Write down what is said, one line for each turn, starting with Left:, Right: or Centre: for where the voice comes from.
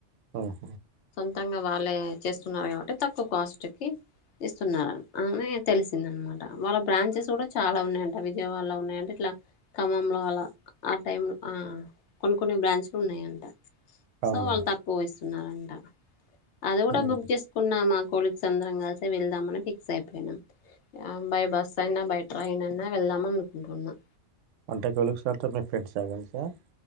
Right: ఆహ
Left: మొత్తంగా వాళ్ళే చేస్తున్నారు కాబట్టి తక్కువ కాస్ట్కి ఇస్తున్నారు వెన్నె తెలిసిందనమాట వాళ్ళ బ్రాంచెస్ కూడా చాలా ఉన్నాయంట విజయవాడలో ఉన్నాయంట ఇట్లా ఖమ్మంలో అల ఆ టైమ్ అ కొన్ని కొన్ని బ్రాంచ్లు ఉన్నాయంట
Right: అవునా
Left: సో వాళ్ళు తకో వేస్తే సున్నారంట అది
Right: మేడం
Left: కూడా బుక్ చేసుకున్నా మాకు కొలిక్స్ అందరం కలిసి వెళ్దామని ఫిక్స్ అయిపోయియాం బై బస్ అయినా బై ట్రైన్ అయినా వెళ్దాం అనుకుంటున్నాం
Right: అంటకిలుకు సారితో మీ ఫ్రెండ్స్ ఆగాలి సార్